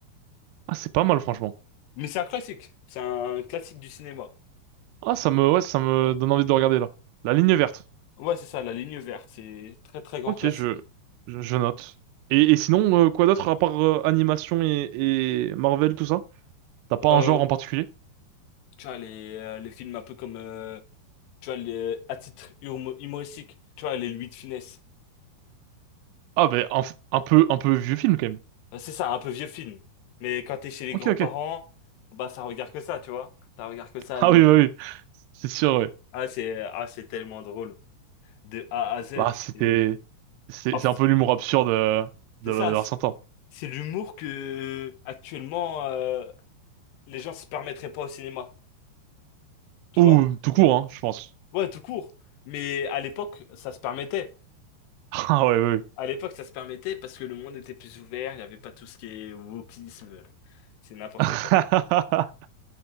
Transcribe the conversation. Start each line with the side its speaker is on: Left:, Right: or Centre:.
Right: Ah, c'est pas mal, franchement.
Left: Mais c'est un classique. C'est un classique du cinéma.
Right: Ah, ça me, ouais, ça me
Left: Voilà.
Right: donne envie de le regarder, là. La ligne verte.
Left: Ouais, c'est ça, La Ligne verte. C'est très, très grand
Right: Ok,
Left: classique.
Right: je, je, je note. Et, et sinon, euh, quoi d'autre à part euh, animation et, et Marvel, tout ça? T'as pas
Left: Euh,
Right: un genre en particulier?
Left: tu vois, les, euh, les films un peu comme, euh, tu vois, les, à titre humo- humoristique, tu vois, les Louis de Funès.
Right: Ah, ben, un, f- un peu, un peu vieux film, quand même.
Left: Euh, C'est ça, un peu vieux film. Mais quand t'es chez les
Right: Ok,
Left: grands-parents,
Right: ok.
Left: bah, ça regarde que ça, tu vois. Ça regarde que ça,
Right: Ah
Left: Louis.
Right: oui, bah oui, c'est sûr, oui.
Left: Ah, c'est, ah, c'est tellement drôle. de A à Z.
Right: Bah, c'était,
Left: C'est
Right: c'est
Left: en
Right: c'est
Left: fait,
Right: un peu l'humour absurde euh, de,
Left: c'est ça,
Right: de l'ancien
Left: c'est
Right: temps.
Left: c'est l'humour que actuellement euh, les gens se permettraient pas au cinéma, tu
Right: Ou
Left: vois?
Right: tout court, hein, je pense.
Left: Ouais, tout court. Mais à l'époque, ça se permettait.
Right: <laughs> Ah ouais, ouais.
Left: À l'époque, ça se permettait parce que le monde était plus ouvert, il n'y avait pas tout ce qui est wokisme, c'est n'importe
Right: ouais.
Left: quoi.